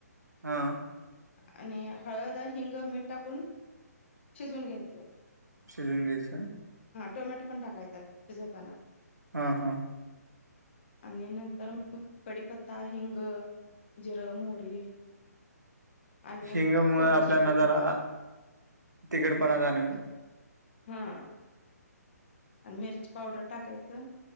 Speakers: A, on the right; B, on the left.
A: हा.
B: आणि हळद हिंग मीठ टाकून शिजून घ्यायचंय.
A: शिजवून घ्यायच.
B: टोमॅटो पण टाकायचा शिजवतांना.
A: ह ह.
B: आणि नंतर कडीपत्ता, हिंग, जिर, मोहरी. आणि
A: हिंग
B: खोबरं
A: मूळ आपल्यांना
B: सुकं खोबरं
A: जरा तिखटपणा जानवेल.
B: हा. आणि मिरची पावडर टाकायचं.